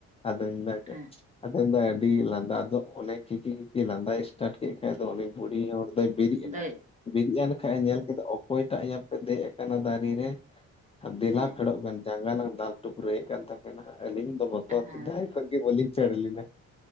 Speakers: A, on the left (about 20°); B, on the right (about 25°).
A: ᱟᱫᱚᱧ ᱢᱮᱱᱫᱟᱭ
B: ᱦᱮᱸ
A: ᱟᱫᱚ ᱫᱚ ᱟᱹᱰᱤ ᱞᱟᱸᱫᱟ ᱟᱫᱚ ᱚᱱᱮ ᱠᱷᱤᱠᱤ ᱠᱷᱤᱠᱤ ᱞᱟᱸᱫᱟᱭ ᱥᱴᱟᱨᱴ ᱠᱮᱫ ᱠᱷᱟ ᱫᱚ ᱩᱱᱤ ᱵᱩᱲᱦᱤ ᱦᱚᱲ ᱫᱚᱭ ᱵᱤᱨᱤᱫ ᱮᱱᱟ
B: ᱫᱟᱹᱭ
A: ᱵᱤᱨᱤᱫ ᱮᱱ ᱠᱷᱟᱡᱽ ᱧᱮᱞ ᱠᱮᱫᱟ, ᱚ ᱚᱠᱚᱭᱴᱟᱜ ᱮᱭᱟᱯᱮ ᱫᱮᱡ ᱟᱠᱟᱱᱟ ᱫᱟᱨᱮ ᱨᱮ ᱫᱮᱞᱟᱯ
B: ᱦᱮᱸ
A: ᱾ ᱪᱟᱹᱲᱚᱜ ᱵᱮᱱ ᱡᱟᱸᱜᱟ ᱞᱟᱝ ᱫᱟᱞ ᱴᱩᱠᱨᱟᱹᱭᱮᱫ ᱠᱟᱱ ᱛᱟᱵᱮᱱᱟ ᱟᱹᱞᱤᱧ ᱫᱚ ᱵᱚᱛᱚᱨ
B: ᱦᱮᱸ
A: ᱫᱟᱨᱤ ᱠᱷᱚᱱᱚᱡ ᱜᱮ ᱵᱟᱹᱞᱤᱧ ᱪᱟᱹᱲ ᱞᱮᱱᱟ